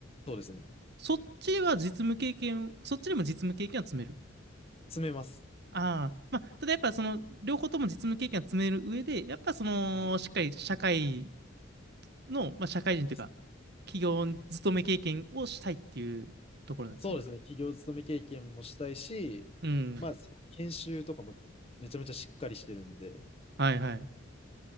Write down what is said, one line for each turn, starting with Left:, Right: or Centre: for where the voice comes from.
Left: そうですね。
Right: そっちでは実務経験、そっちでも実務経験は積める。
Left: 詰めます。
Right: ああ、まあ、ただやっぱその、両方とも実務経験は積める上で、やっぱその、
Left: はい。そ
Right: しっかり社会の、まあ、社会人というか、
Left: うですね
Right: 企業勤め経験をしたいっていうところなんですね。
Left: そうですね。企業勤め経験もしたいし、
Right: うん。
Left: まあ、その研修とかもめちゃめちゃしっかりしてるんで、
Right: はいはい。